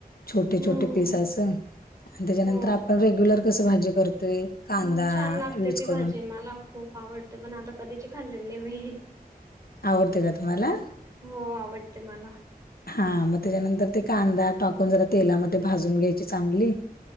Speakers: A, on the left; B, on the right.
A: छोटे-
B: हं,
A: छोटे
B: हं.
A: पीस असं. आणि त्याच्यानंतर
B: हो.
A: आपण रेग्युलर कसं भाजी करतोय. कांदा
B: हो छान लागते
A: यूज
B: ती
A: करून
B: भाजी मला खूप आवडते पण आता कधीची खाल्लेली नाही मी.
A: आवडते का तुम्हाला.
B: हो आवडते मला.
A: हा मग त्याच्यानंतर ते कांदा टाकून जरा तेलामध्ये भाजून घ्यायची चांगली.